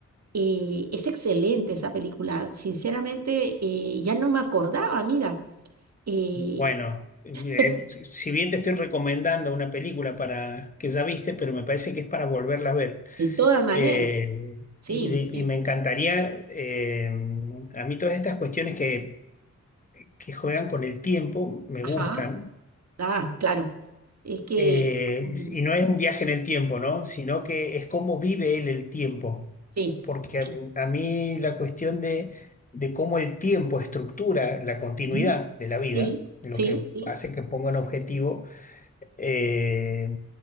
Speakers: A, on the right; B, on the left.
A: Eh, es excelente esa película. Sinceramente, eh, ya no me acordaba, mira, eh,
B: Bueno, eh,
A: <laughs>
B: si bien te estoy recomendando una película para que ya viste, pero me parece que es para volverla a ver.
A: de todas maneras,
B: Eh,
A: sí,
B: y, de- y
A: sí,
B: me encantaría, eh, a mí todas estas cuestiones que, que juegan con el tiempo me
A: Ajá,
B: gustan.
A: ah, claro. Es que,
B: Eh,
A: mm,
B: y no es un viaje en el tiempo, ¿no? Sino que es cómo vive él el tiempo.
A: sí,
B: Porque
A: sí,
B: a, a mí la cuestión de, de cómo el tiempo estructura la continuidad
A: ujú,
B: de la vida,
A: sí,
B: lo
A: sí,
B: que
A: sí,
B: hace que ponga un objetivo eh,